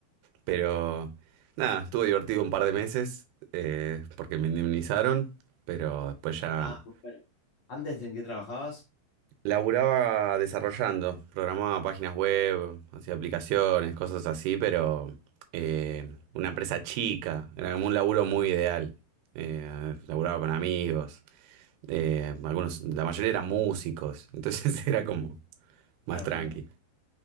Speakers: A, on the right; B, on the left.
A: Pero nada, estuvo divertido un par de meses, eh, porque me indemnizaron, pero después ya...
B: Ah, muy bueno. ¿Antes en qué trabajabas?
A: Laburaba desarrollando, programaba páginas web, hacía aplicaciones, cosas así, pero eh, una empresa chica, era como un laburo muy ideal. Eh, laburaba con amigos, eh, algunos, la mayoría eran músicos, entonces <laughs> era como más
B: Claro,
A: tranqui.
B: muy, muy-